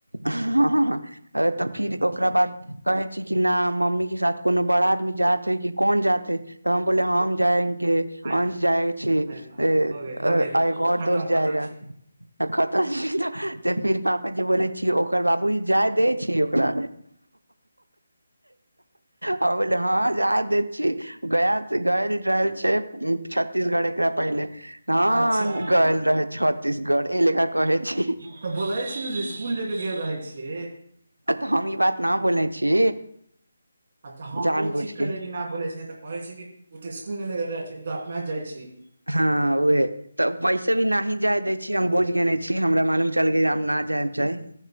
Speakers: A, on the right; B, on the right.
A: हँ हँ हँ तऽ फिर ओकरा बाद कहे छी कि ना मम्मी के साथ कोनो बड़ा आदमी जात है कि कोन जात है तऽ हम बोले हम जाय अंश
B: आइ तक
A: जाइ छी
B: अरे बाप
A: ए
B: हो गेल
A: आ
B: हो गेल
A: आ एगो और
B: खतम
A: दोस जाएगा
B: खतम छी
A: तऽ खतम फिर पापाजी बोलै ओकर बाबूजी जाय दै छी ओकरा आ बोललै हँ जाय दैत छी गया से गाड़ी लायल छैइ छत्तीसगढ़ एकरा पहिले हाँ
B: अच्छा
A: हाँ गैल रहे छ्तीसगढ़ इहे लेखा कहैत छी
B: तऽ बोलै छी ने जे इसकुल ले के गेल रहै छी
A: तऽ हम ई बात न बोलै छी
B: अच्छा हँ
A: जानबूझ
B: ई ठीक
A: के
B: केले कि ना बोलै छै तऽ कहै छी कि ओ तऽ इसकुल नह छै त ओ तऽ अपना जाइ छी <unintelligible>
A: हँ उहे तऽ वैसे भी ना ही जाय दै छी हम बूझ गेने छी हमरा मालूम चल गेल हम ना जायम चाय